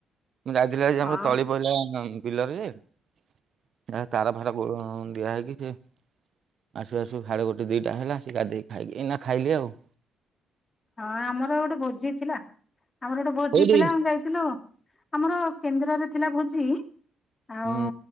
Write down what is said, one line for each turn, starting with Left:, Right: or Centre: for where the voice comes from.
Right: ମୁଁ ଯାଇଥିଲି ଜଣ
Left: ହଉ
Right: କର ତଳିପଡିଲା। ପିଲରେ <inaudible> ତାର ଫାର ହୁଁ ଦିଆ ହେଇକି ସେ <inaudible> ଆସୁ ଆସୁ ସାଢ଼େ ଗୋଟେ ଦିଇଟା ହେଲା ଆସି ଗାଧେକି ଖାଇକି ଏଇନା ଖାଇଲି ଆଉ ।
Left: ହଁ ଆମର ଗୋଟେ ଭୋଜି ଥିଲା <inaudible> ଆମର ଗୋଟେ। ଭୋଜି
Right: କୋଉଠି?
Left: ଥିଲା ଆମେ ଯାଇଥିଲୁ। ଆମର କେନ୍ଦ୍ରରରେ ଥିଲା ଭୋଜି । ଆଉ
Right: ହୁଁ